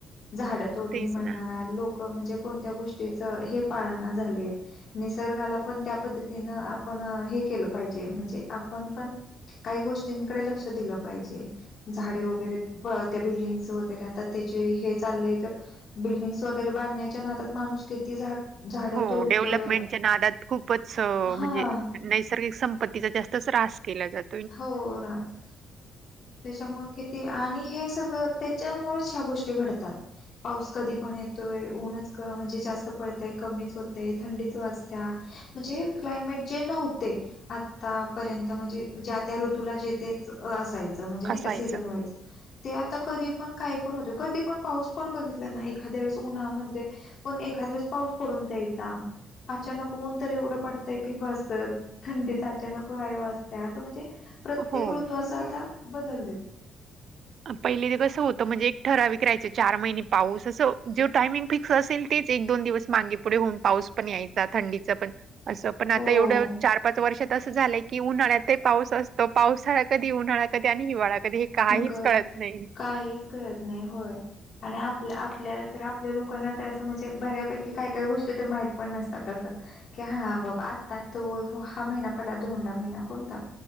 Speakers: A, on the left; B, on the right.
A: झाड तोडणी
B: तेच
A: म्हणा,
B: ना.
A: लोक म्हणजे कोणत्या गोष्टीच हे पाळ ना झालेत. निसर्गाला पण त्या पद्धतीनं आपण हे केलं पाहिजे म्हणजे आपण पण काही गोष्टींकडे लक्ष दिलं पाहिजे. झाडे वगैरे त्या बिल्डिंग्स वगैरे आता त्याचे हे चाललंय तर बिल्डिंग्स वगैरेचे बांधण्याच्या नादात माणूस किती झाड झाडं
B: हो
A: तोडतोय
B: डेव्हलपमेंटच्या नादात खूपच म्हणजे
A: हा
B: नैसर्गिक संपत्तीचा जास् तस रास केल्या जात.
A: हो रात त्याच्यामुळे किती आणि हे सगळं त्याच्यामुळेच ह्या गोष्टी घडतात. पाऊस कधी पण येतोय ऊनच क म्हणजे जास्त पडतय कमीच होतय थंडीच वाजत्या. म्हणजे क्लायमेट जे नव्हते आतापर्यंत म्हणजे ज्या त्या ऋतूला जे तेच असायचं म्हणजे नाही
B: असायचं
A: का सीझन वाईज. ते आता कधी पण काही पण होते. कधी पण पाऊस पण बघितला ना एखाद्या वेळेस उन्हामध्ये पण एखा दिवस पाऊस पडून जायचा. अचानक ऊन तर एवढं पडतय की बसत थंडीचा अचानक व्हाय वास त्या असं म्हणजे प्रत्येक
B: हो.
A: ऋतू असं आता बदललेत.
B: पहिली ते कसं होतं म्हणजे एक ठरा विकरायच चार महिने पाऊस असं ज्यो टायमिंग फिक् ससेल तेच एक दोन दिवस मागे पुढे होऊन पाऊस पण यायचा थंडीचा पण असं पण आता
A: हो
B: एवढं चार पाच वर्षात असं झालंय की उन्हाळ्यातही पाऊस असतो पावसाळा कधी उन्हाळा कधी आणि हिवाळाया कधी हे काहीच
A: क
B: कळत नाही
A: काहीच कळत नाही होय. आणि आपल्या आपल्याला तर आपल्या लोकांना तर असं म्हणजे बऱ्यापैकी काय काय गोष्टी तर माहित पण नसतात असं. की हा बाबा आत्ता तो हा महिना पडला दोंडा महिना कोणता